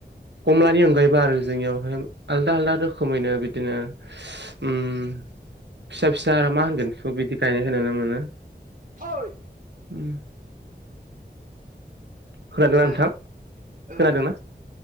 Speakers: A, on the right; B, on the right.
A: कमलानि अनगायैबो आरो जोंनियावहाय आलदा आलदा रोखोमैनो बिदिनो उम फिसा फिसा आरो मा होनगोन स' बिदि गायनायखौ नुनो मोनो।
B: यै
A: उम। खोनादोंना
B: हो
A: नोंथां
B: औ
A: खोनादोंना?
B: ओं